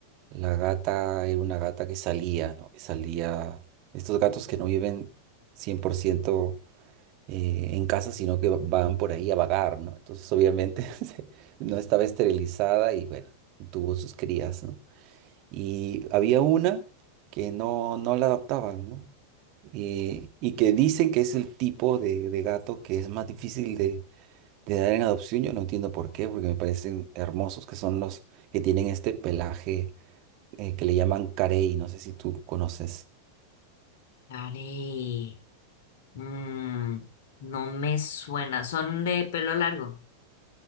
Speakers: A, on the right; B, on the left.
A: la gata era una gata que salía, ¿no? Que salía, estos gatos que no viven 100% eh, en casa, sino que van por ahí a vagar, ¿no? Entonces, obviamente, <laughs> se- no estaba esterilizada y, bueno, tuvo sus crías, ¿no? Y había una que no, no la adoptaban, ¿no? Eh, y que dicen que es el tipo de, de gato que es más difícil de, de dar en adopción. Yo no entiendo por qué, porque me parecen hermosos que son los que tienen este pelaje eh, que le llaman carey. No sé si tú conoces.
B: Ari, mm, no me suena. ¿Son de pelo largo?